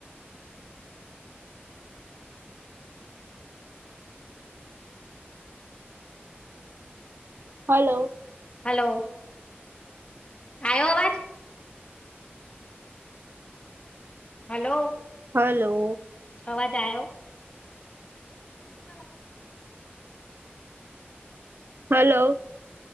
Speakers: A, on the right; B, on the left.
A: hello
B: hello આવ્યો આવાજ હલો
A: હલો
B: અવાજ આવ્યો <unintelligible>
A: હલો